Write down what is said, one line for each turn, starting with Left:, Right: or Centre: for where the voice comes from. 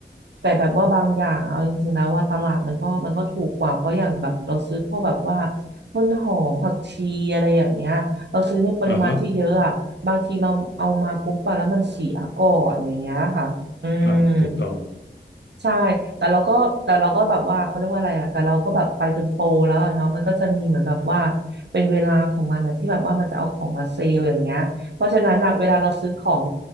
Right: แต่แบบว่าบางอย่างอะเอาจริงๆแล้วว่าตลาดมันก็มันก็ถูกกว่าเพราะอย่างแบบเราซื้อพวกแบบว่าต้นหอมผักชีอะไรอย่างเงี้ยเราซื้อในปริมาณที่เยอะอ่ะบางทีเราเอามาปุ๊บไปแล้วมันเสียก่อนอย่างเงี้ยค่ะอืม
Left: อ่าฮะอ่าถูกต้อง
Right: ใช่แต่เราก็แต่เราก็แบบว่าเขาเรียกว่าอะไรอ่ะแต่เราก็แบบไปจนโปรแล้วอะเนาะมันก็จะมีเหมือนแบบว่าเป็นเวลาของมันนะที่แบบว่ามันจะเอาของมาเซลล์อย่างเงี้ยเพราะฉะนั้นอ่ะเวลาเราซื้อของ